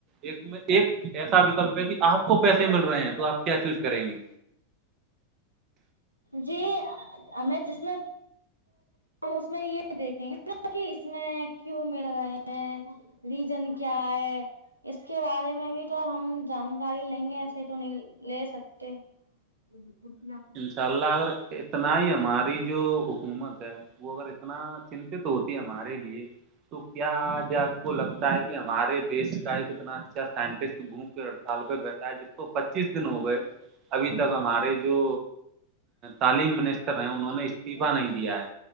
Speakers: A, on the right; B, on the right.
A: ایک میں ایک ایسا وکلپ ہے کہ آپ کو پیسے مل رہے ہیں تو آپ کیا چوز کریں گی
B: جی ہمیں جس میں اس میں یہ دیکھیں گے کہ اس میں کیوں مل رہے ہیں ریجن کیا ہے اس کے بارے میں بھی تو ہم جانکاری لیں گے ایسے تو نہیں لے سکتے خود ہے آپ
A: ان شاء اللہ اگر اتنا ہی ہماری جو حکومت ہے وہ اگر اتنا چنتت ہوتی ہے ہمارے لیے تو کیا آج آپ کو لگتا ہے کہ ہمارے دیش کا ایک کتنا اچھا سائنٹسٹ بھوک سال پہ بیٹھا ہے جس تو پچیس دن ہو گئے ابھی تک ہمارے جو تعلیم منسٹر ہیں انہوں نے استعفہ نہیں دیا ہے